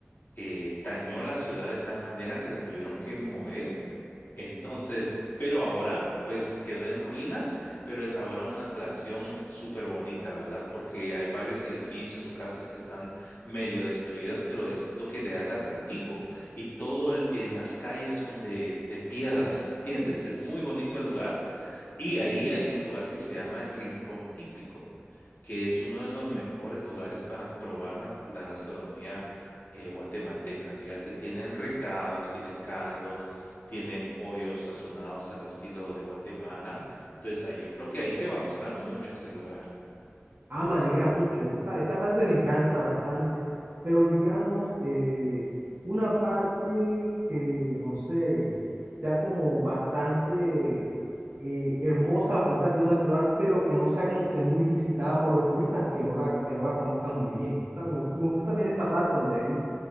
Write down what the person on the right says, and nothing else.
Ah, me alegra mucho. O sea, esa parte me encanta bastante, pero digamos, eh, una parte que, no sé, sea como bastante eh, hermosa, bastante atractiva, natural, pero que no sea como que muy visitada por los turistas que no la, que no la conozcan muy bien. O sea, me, gu- me gusta también esta parte donde hay